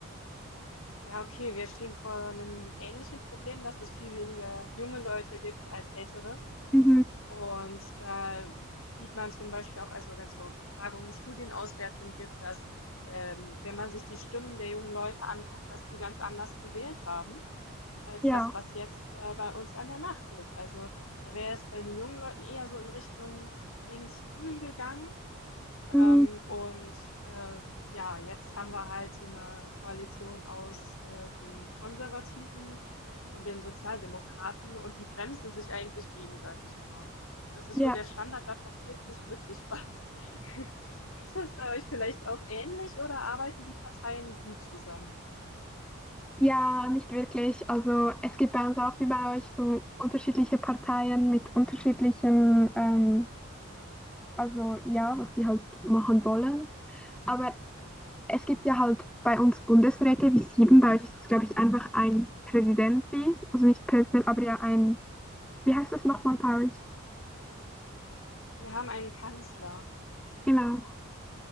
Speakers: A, on the left (about 70°); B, in the centre.
A: ja, okay, wir stehen vor einem ähnlichen Problem, dass es viel weniger junge Leute gibt als ältere.
B: Mhm.
A: Und da sieht man zum Beispiel auch, also wenn es so Befragungen, Studienauswertungen gibt, dass ähm, wenn man sich die Stimmen der jungen Leute anguckt, dass die ganz anders gewählt haben als
B: Ja.
A: das, was jetzt äh, bei uns an der Macht ist. Also da wäre es bei den jungen Leuten eher so in Richtung links-grün gegangen. Ähm,
B: Mhm.
A: und ähm, ja, jetzt haben wir halt so eine Koalition aus äh, den Konservativen und den Sozialdemokraten und die bremsen sich eigentlich gegenseitig immer. Das ist
B: Ja.
A: so der Standard, da passiert nicht wirklich was. <laughs> Ist das bei euch vielleicht auch ähnlich oder arbeiten die Parteien gut zusammen?
B: Ja, nicht wirklich. Also es gibt bei uns auch wie bei euch so unterschiedliche Parteien mit unterschiedlichen, ähm, also ja, was die halt machen wollen. Aber es gibt ja halt bei uns Bundesräte wie sieben. Bei euch ist es, glaube ich, einfach ein Präsident wie, also nicht Präsident, aber ja ein, wie heißt das nochmal bei euch?
A: Wir haben einen Kanzler.
B: Genau.